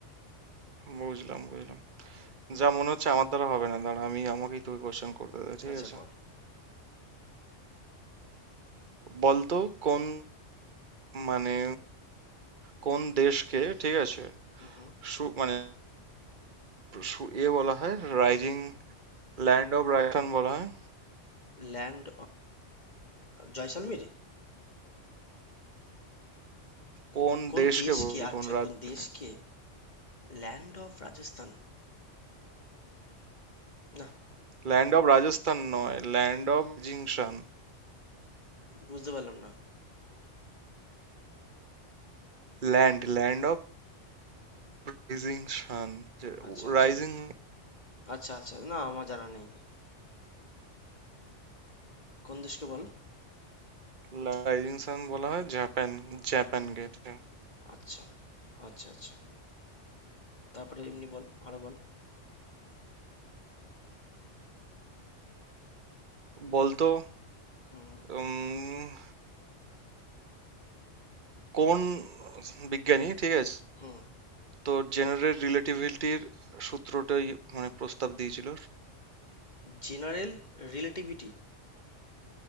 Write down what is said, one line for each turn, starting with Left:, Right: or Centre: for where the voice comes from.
Right: বুঝলাম বুঝলাম যা মনে হচ্ছে আমার দ্বারা হবে না দাঁড়া আমি আমাকেই তোকে কোশ্চেন করতে দে ঠিক
Left: আচ্ছা
Right: আছে
Left: কর
Right: বলতো কোন মানে কোন দেশকে ঠিক আছে
Left: হুম
Right: সু- মানে সু- এ বলা হয় রাইজিং ল্যান্ড অফ রাজস্থান বলা হয়
Left: ল্যান্ড জয়সালমির
Right: কোন
Left: কোন
Right: দেশকে
Left: দেশকে
Right: বলি
Left: আচ্ছা
Right: কোন রাজ্যকে
Left: কোন দেশকে ল্যান্ড অফ রাজস্থান না
Right: ল্যান্ড অফ রাজস্থান নয় ল্যান্ড অফ জিংশান
Left: বুঝতে পারলাম না
Right: ল্যান্ড, Land of rising sun,
Left: আচ্ছা আচ্ছা
Right: rising
Left: আচ্ছা আচ্ছা না আমার জানা নেই কোন দেশকে বল
Right: Rising sun বলা হয় জাপান জাপানকে এটা।
Left: আচ্ছা আচ্ছা আচ্ছা তারপরে এমনি বল আরো বল
Right: বলতো
Left: হুম
Right: উম, কোন বিজ্ঞানী ঠিক আছে
Left: হুম
Right: তো জেনারেল রিলেটিভিটির সূত্রটাই মানে প্রস্তাব দিয়েছিল
Left: জেনারেল রিলেটিভিটি